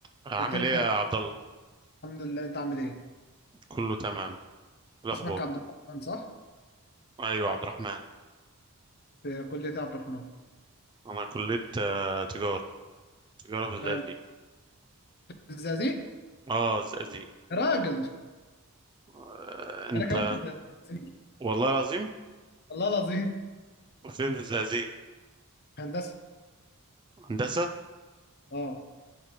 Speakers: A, on the right; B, on the left.
A: عامل
B: قلت لي انت
A: ايه يا عبد الله
B: الحمد لله انت عامل ايه
A: كله تمام إيه الاخبار
B: اسمك عبد الرحمن صح
A: ايوه عبد الرحمن
B: في كلية عبد الرحمن
A: انا كليه آه، تجاره تجاره في الزقازيق
B: حلو في الزقازيق
A: اه الزقازيق
B: يا راجل
A: آه، انت
B: انا كمان في الزقازيق
A: والله العظيم
B: والله العظيم
A: فين في الزقازيق
B: في هندسة
A: هندسه
B: اه